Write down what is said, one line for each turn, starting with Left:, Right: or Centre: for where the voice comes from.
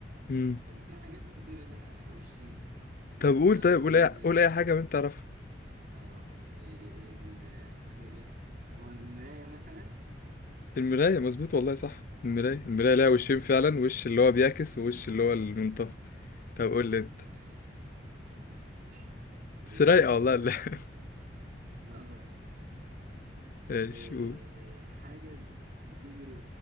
Left: مم.
Right: طب ما في حاجات كتيرة ليها وشين
Left: طب قول
Right: اه
Left: طيب قول
Right: ال
Left: أي قول أي حاجة من تعرفها
Right: اه ال- الحاجة ليها أو المراية مثلا
Left: المراية مظبوط والله صح المراية
Right: اه المراية
Left: المراية ليها وشين
Right: <laughs>
Left: فعلا
Right: تمام
Left: وش اللي هو بيعكس
Right: تمام
Left: ووش اللي هو المنطفئ طب
Right: اه
Left: قول لي أنت
Right: تمام تمام ماشي طيب
Left: بس رايقة
Right: اه
Left: والله لا <laughs>
Right: آه.
Left: ماشي
Right: آه،
Left: قول
Right: حاجة بتجري